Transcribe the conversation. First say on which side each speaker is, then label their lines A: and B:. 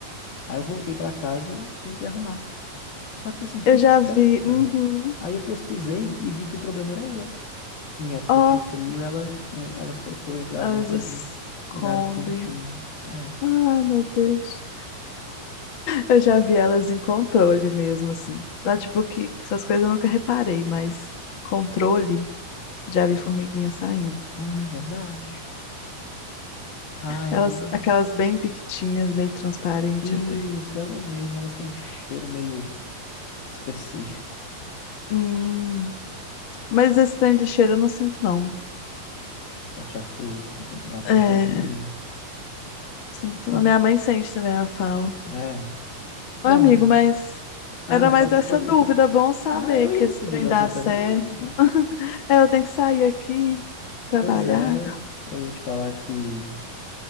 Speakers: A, on the left; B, on the left.
A: Aí eu voltei para casa e tentei arrumar. Só que assim, foi
B: Eu já vi.
A: tanta.
B: Uhum.
A: Aí eu pesquisei e vi que o problema era esse. Que em épocas
B: Ó,
A: de frio elas, elas procuram entrar
B: elas
A: dentro
B: escondem.
A: de lugares quentinhos. É.
B: Ai, meu Deus. Eu já vi elas em controle mesmo, assim. Lá, tipo, que que essas coisas eu nunca reparei, mas controle, já vi formiguinha saindo.
A: Ah, verdade. Ah, eu.
B: Elas, aquelas bem piquitinhas, meio transparente
A: Isso,
B: até.
A: elas mesmas, elas têm um cheiro meio específico.
B: Hum, mas esse trem de cheiro eu não sinto, não.
A: Sorte a sua, eu sinto bastante
B: É,
A: cheiro de formiga.
B: sinto,
A: Bom,
B: não. Minha mãe sente também, ela fala.
A: é. Bom,
B: Ô, amigo,
A: amiga.
B: mas
A: Ah,
B: era mais
A: pode,
B: essa
A: pode.
B: dúvida.
A: <laughs>
B: Bom saber
A: Ah, eu
B: que
A: ia
B: esse
A: despedir
B: trem
A: de
B: dá
A: você também,
B: certo.
A: menina.
B: <laughs> É, eu tenho que sair aqui, trabalhar.
A: Pois é, eu ia te falar que